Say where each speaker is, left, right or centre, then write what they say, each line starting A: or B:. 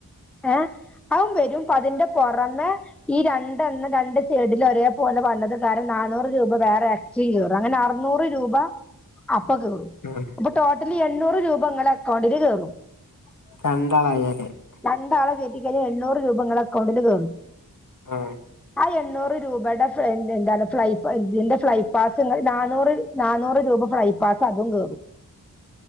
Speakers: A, in the centre; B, on the left.
A: ഏഹ് അതും വെരും അതിന്റെ പൊറമെ ഈ രണ്ടെണ്ണം രണ്ട് സൈഡില് ഒരേ പോലെ വന്നത് കാരണം നാന്നൂറ് രൂപ വേറെ ച്ചെയ്യോർ അങ്ങനെ അറുന്നൂറ് രൂപ അപ്പം കേറും
B: ഉം
A: അപ്പൊ ടോട്ടലി എണ്ണൂറ് രൂപ ങ്ങളെ എക്കൗണ്ടില് കേറും
B: <unintelligible>
A: രണ്ടാളെ കേറ്റിക്കയ്ഞ്ഞാ എണ്ണൂറ് രൂപ ങ്ങളെ എക്കൗണ്ടില് കേറും
B: ആഹ്
A: ആ എണ്ണൂറ് രൂപയുടെ ഫ്രെയിം എന്താണ് ഫ്ലൈ ഇതിന്റെ ഫ്ലൈപാസ് ങ്ങള് നാന്നൂറ് നാന്നൂറ് രൂപ ഫ്രൈപാസ് അതും കേറും